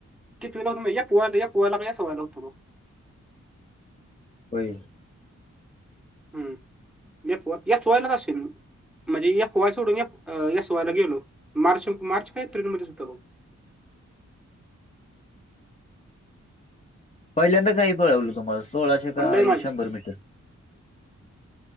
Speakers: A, in the centre; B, on the left.
A: कीतवीला होतो माहित हाय एफ वाय काय यस वाय ला होतो.
B: फाइव
A: हम्म या या चोयला असश म्हणजे या एफ वाय सोडून यस वाय‌ गेलो मार्च मार्च काय एप्रिलमध्ये होत बघ.
B: पहिल्यांदा काही पळवलं तुम्हाला सोळाशे काय
A: पण लय माझं
B: शंभर मीटर.